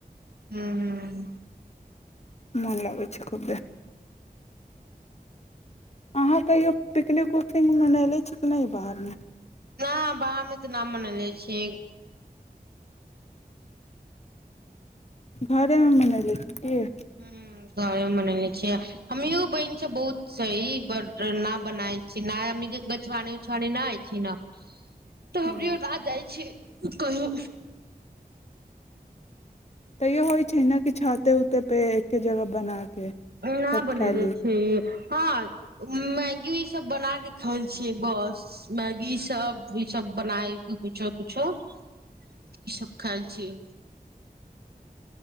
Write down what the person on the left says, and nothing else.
मन लागै छै खुबे अहाँ कहियो पिकनिको कि मनयने छीकि नहि बाहरमे
घरेमे मनइले छियै
ह्म
तैयो होइ छै न कि छाते उते पे एके जगह बना कऽ
सभ
खायली